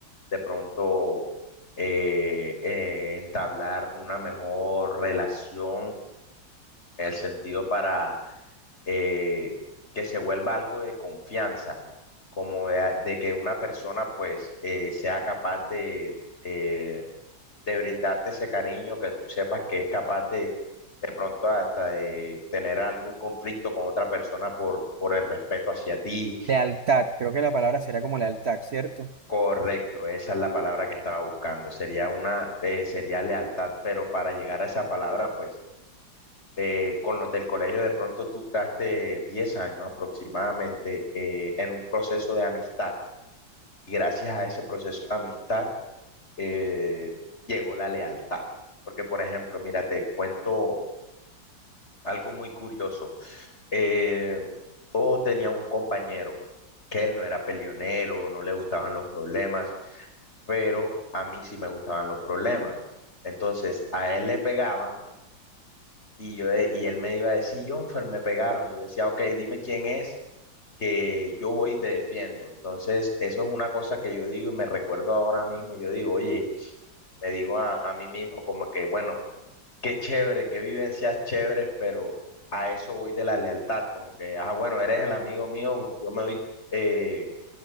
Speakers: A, on the left; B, on the right.
A: de pronto eh, eh, entablar una mejor relación, el sentido para eh, que se vuelva algo de confianza, como de, de que una persona pues eh, sea capaz de... eh, de brindarte ese cariño, que tú sepas que es capaz de, de pronto hasta de tener algún conflicto con otra persona por, por el respeto hacia ti.
B: Lealtad, creo que la palabra será como lealtad, ¿cierto?
A: Correcto, esa es la palabra que estaba buscando. Sería una, eh, sería lealtad, pero para llegar a esa palabra, pues eh, con los del colegio de pronto tú duraste 10 años aproximadamente eh, en un proceso de amistad y gracias a ese proceso de amistad eh, llegó la lealtad. Porque, por ejemplo, mira, te cuento algo muy curioso. Eh, yo tenía un compañero que él no era peleonero, no le gustaban los problemas, pero a mí sí me gustaban los problemas. Entonces, a él le pegaban y yo de- y él me iba a decir, Jonfer, me pegaron. Y yo decía, ok, dime quién es, que yo voy y te defiendo. Entonces, eso es una cosa que yo digo y me recuerdo ahora mismo. Yo digo, oye, me digo a, a mí mismo como que, bueno, qué chévere, qué vivencias chéveres, pero a eso voy de la lealtad, como que, ah, bueno, eres el amigo mío, yo me doy eh,